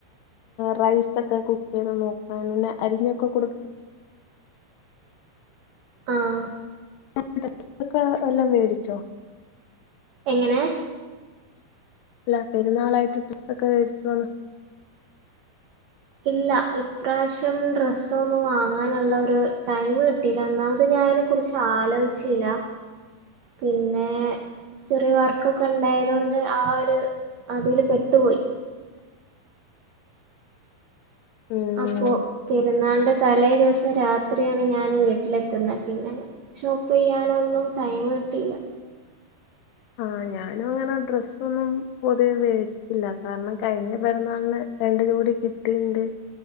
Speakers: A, on the left; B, on the right.
A: റൈസൊക്കെ കുക്കെയ്ത് നോക്കാൻ പിന്നെ അരിഞ്ഞൊക്കെ കൊട്
B: ആഹ്
A: <unintelligible> വെല്ലോം വേടിച്ചോ
B: എങ്ങനെ
A: അല്ല പെരുന്നാളായിട്ട് ഡെസ്സൊക്കെ വേട്ച്ചോന്ന്
B: ഇല്ല ഇപ്രാവശ്യം ഡ്രെസ്സൊന്നും വാങ്ങാന്ള്ള ഒരു ടൈമ് കിട്ടീല ഒന്നാമത് ഞാൻ ഐനെ കുർച്ച് ആലോയ്ച്ചീല പിന്നെ ചെറിയ വർക്കൊക്കെ ഇണ്ടായതോണ്ട് ആ ഒര് അതീല് പെട്ടുപോയി
A: ഉം
B: അപ്പോ പെരുന്നാൾൻ്റെ തലേ ദിവസം രാത്രിയാണ് ഞാന് വീട്ട്ലെത്ത്ന്നെ പിന്നെ ഷോപ്പ് ചെയ്യാനൊന്നും ടൈം കിട്ടിയില്ല
A: ആഹ് ഞാനും അങ്ങനെ ഡ്രെസ്സ് ഒന്നും പൊതുവേ മേടിച്ചില്ല കാരണം കഴിഞ്ഞ പെരുന്നാളിന് രണ്ട് ജോടി കിട്ടിണ്ട്